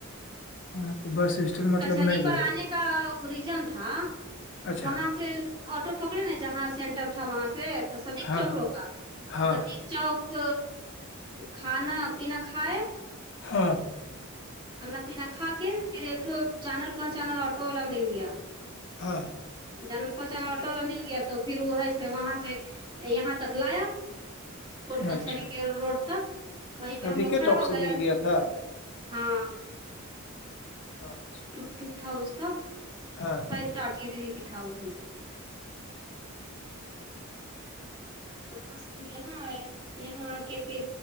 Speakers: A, on the left; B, on the right.
A: ہاں تو بس اسٹینڈ مطلب
B: کچہری
A: نہیں
B: پر
A: گئے
B: آنے
A: تھے
B: کا ریجن تھا
A: اچھا
B: وہاں سے آٹو پکڑے نا جہاں سینٹر تھا وہاں سے تو سدیق
A: ہاں
B: چوکروں کا
A: ہاں
B: سدق چوک کھانا پنا کھائے
A: ہاں
B: کھانا پینا کھا کے پھر ایکٹھ جانل پہچانل آٹو والا مل گیا
A: ہاں
B: جانل پہچانا آٹو ل مل گیا تو پھر وہ ہے سے وہاں سے یہاں تک لایا کوٹ کچہری
A: اچھا
B: کے روڈ تک وہیں پہ
A: ندی
B: ہم لوگ
A: کے
B: کھڑا
A: چوک
B: ہو
A: سے
B: گیا
A: مل تھا
B: ہاں
A: ااںچھا
B: ٹک ٹک تھا اس کا
A: ہاں
B: شاید تٹے تے کی تھا وہ ہے تو وہاں سے پھر یہاں آئے یہاں آ کے پھر